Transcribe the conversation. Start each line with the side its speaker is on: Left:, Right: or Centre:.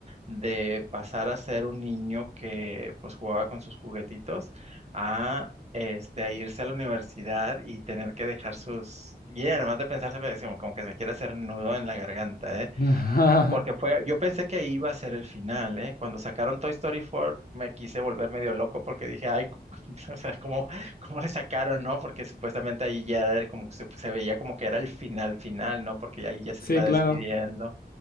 Right: De pasar a ser un niño que pues jugaba con sus juguetitos a... Este, a irse a la universidad y tener que dejar sus... Y además de pensarse, como, como que se me quiere hacer nudo en la garganta, ¿eh?
Left: <laughs>
Right: Porque fue, yo pensé que iba a ser el final, ¿eh? Cuando sacaron Toy Story 4 me quise volver medio loco porque dije, ay, <laughs> o sea, ¿cómo, cómo le sacaron, no? Porque supuestamente ahí ya era el- como que se, se veía como que era el final final, ¿no? Porque ahí ya se
Left: Sí,
Right: está
Left: claro.
Right: despidiendo,